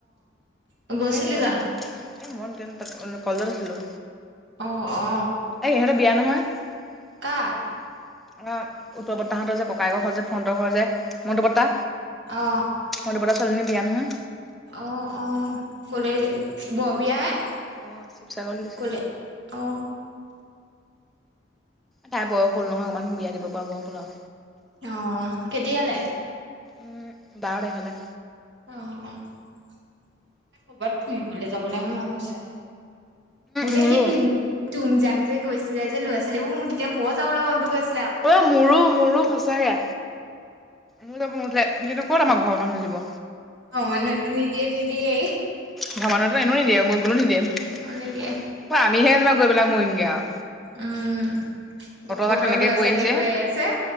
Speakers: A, on the right (about 65°); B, in the centre.
A: অ গৈছিলি
B: এই সিহঁতৰ
A: জানো?
B: এই মই তেন কলেজত আছিলোঁ।
A: অ অ
B: এই ইহঁতে বিয়া নহয়।
A: কা
B: আম উত্তৰ বৰতাহঁতৰ যে ককাই ঘৰৰ যে ফৰ্ণটৰ ঘৰ যে মন্টো বৰ্তা
A: অ
B: মণ্টু বৰ্তা ছোৱালীজনীৰ বিয়া নহয়।
A: অ অ কলে বৰ বিযা হে।
B: অঁ শিৱসাগৰলৈ দিছে
A: কলে অ
B: তাই বয়স হল নহয় অকমান বিয়া দিব পৰা বয়স আও।
A: অ কেতিয়ালে
B: উম বাৰ তাৰিখলে
A: অ কৰ'বাত ফুৰিবলৈ যাবলৈহে মন গৈছে। মোৰ
B: মোৰো
A: যে সেই তুম তুমজাং যে গৈছিলে যে লৰা ছোৱালীবোৰ মোৰ তেতিয়া বোৱা যাবলৈ মনটো গৈছ-
B: অ মোৰো মোৰো সঁচাকে মোৰ যাব মন গৈছিলে কিন্তু ক'ত আমাৰ ঘৰৰ মানুহ দিব
A: অ মানুহটো নিদিয়ে নিদিয়ে
B: ঘৰৰ মানুহ এনেও নিদিয়ে মই গ'লো নিদিযে
A: অ নিদিয়ে
B: আমিহে যেনবা গৈ পেলাই মৰিমগে আও
A: উম
B: যাক
A: ক'তৰ
B: তেনেকে
A: লৰা ছোৱালী
B: আহিছে
A: গৈ আছে